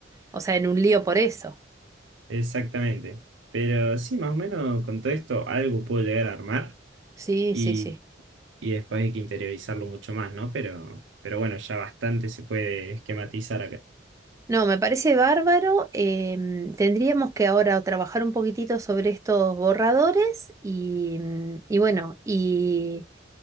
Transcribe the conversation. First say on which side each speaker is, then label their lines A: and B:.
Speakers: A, on the right; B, on the right.
A: o sea, en un lío por eso.
B: exactamente. Pero sí, más o menos con todo esto algo puedo llegar a armar
A: Sí,
B: y,
A: sí, sí.
B: y después hay que interiorizarlo mucho más, ¿no? Pero, pero bueno, ya bastante se puede esquematizar acá.
A: No, me parece bárbaro. em, tendríamos que ahora trabajar un poquitito sobre estos borradores y, mm, y bueno, y,